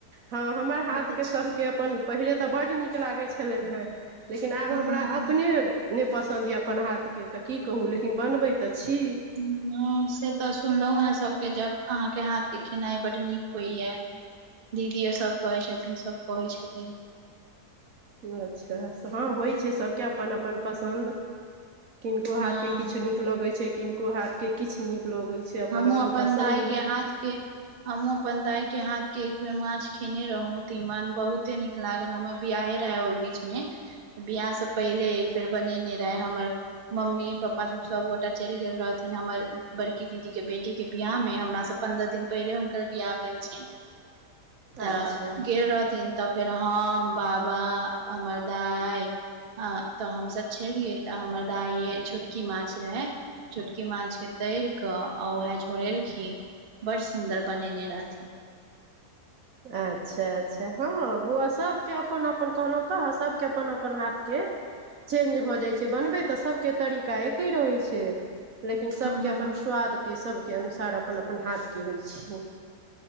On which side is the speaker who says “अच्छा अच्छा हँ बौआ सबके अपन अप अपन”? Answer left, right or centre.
Right